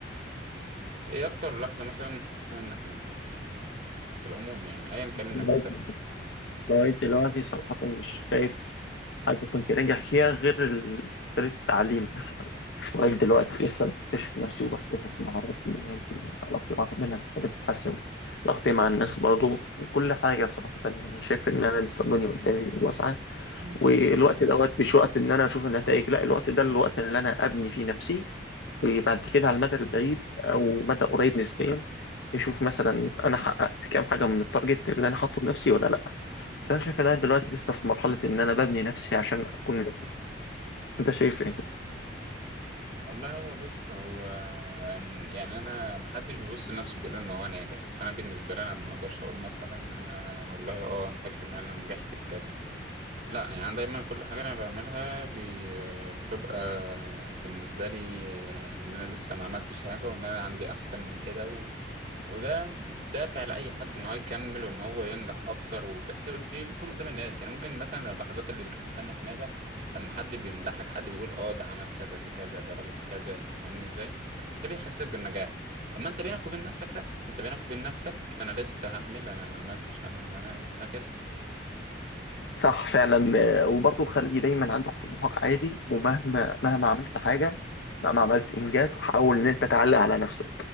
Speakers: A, on the right; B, on the left.
A: ايه اكتر لحظة مثلا حسيت فيها انك ناجح يعني في العموم يعني ايا كان النجاح
B: لغاية
A: ده يعني
B: لغاية دلوقتي صراحة مش شايف حاجة كنت ناجح فيها غير ال... غير التعليم بس لغاية دلوقتي لسه بكتشف نفسي وبكتشف مهاراتي يمكن علاقتي مع ربنا محتاجة تتحسن علاقتي مع الناس برضو وكل حاجة صراحة يعني شايف إن أنا لسه الدنيا قدامي واسعة
A: مم.
B: والوقت دوت مش وقت إن أنا أشوف النتائج لا الوقت ده الوقت اللي أنا أبني فيه نفسي وبعد كده على المدى البعيد أو مدى قريب نسبيا نشوف مثلا أنا حققت كام حاجة من التارجت اللي أنا حاطه بنفسي ولا لأ بس أنا شايف إن أنا دلوقتي لسه في مرحلة إن أنا ببني نفسي عشان أكون ناجح أنت شايف إيه؟
A: والله هو بص هو إن- يعني انا محدش بيبص لنفسه بيقول ان هو ناجح فانا بالنسبه لي انا ما اقدرش اقول مثلا انا والله اه انا فاكر ان انا نجحت في كذا لا يعني انا دايما كل حاجه انا بعملها بي بتبقى بالنسبه لي آه، ان انا لسه ما عملتش حاجه وان انا عندي احسن من كده وده دافع لأي حد إن هو يكمل وإن هو ينجح أكتر وبس بيكون قدام الناس يعني ممكن مثلا اللحظات اللي بتحس فيها إنك ناجح لما حد بيمدحك حد بيقول أه ده عمل كذا ده كذا ده راجل كذا أنت فاهمني إزاي؟ ده بيحسسك بالنجاح أما أنت بينك وبين نفسك لأ أنت بينك وبين نفسك أنا لسه هعمل أنا ما عملتش أنا وأنا وهكذا
B: صح فعلا آه، وبرضه خلي دايما عندك طموحك عالي ومهما مهما عملت حاجة مهما عملت إنجاز حاول إن أنت تعلق على نفسك